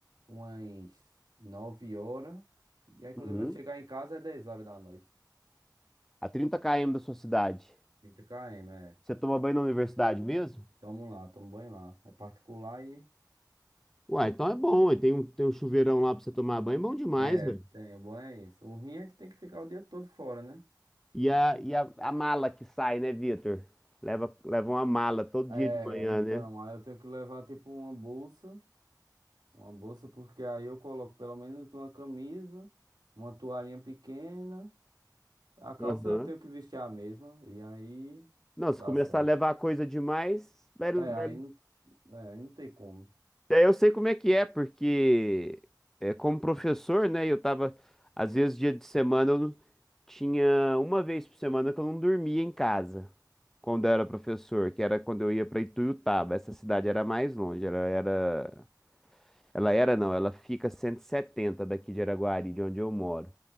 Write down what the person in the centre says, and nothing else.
Uhum.
A 30 km da sua cidade.
Você toma banho na universidade mesmo?
Uai, então é bom. ué. Tem um, tem um chuveirão lá pra você tomar banho. É Bom demais,
velho.
E a, e a, a mala que sai, né, Vitor? Leva, leva uma mala todo
dia de manhã,
né?
Aham.
Não, se
começar
a levar coisa demais, vai- vai-
daí eu sei como é que é, porque é, como professor, né? Eu tava, às vezes, dia de semana, eu não- tinha uma vez por semana que eu não dormia em casa, quando eu era professor, que era quando eu ia para Ituiutaba. Essa cidade era mais longe, ela era. Ela era, não, ela fica a 170 daqui de Araguari, de onde eu moro.